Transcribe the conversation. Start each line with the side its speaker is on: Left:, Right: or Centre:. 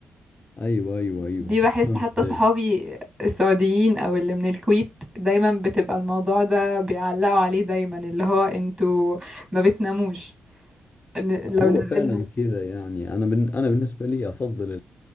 Left: أيوة أيوة أيوة
Right: دي بحس
Left: فهمت
Right: حتى
Left: عليك
Right: صحابي السعوديين او اللي من الكويت دايما بتبقى الموضوع ده بيعلقوا عليه دايما اللي هو انتوا ما بتناموش ن-
Left: هو
Right: لو نزلنا
Left: فعلا كذا يعني أنا بن أنا بالنسبة لي أفضل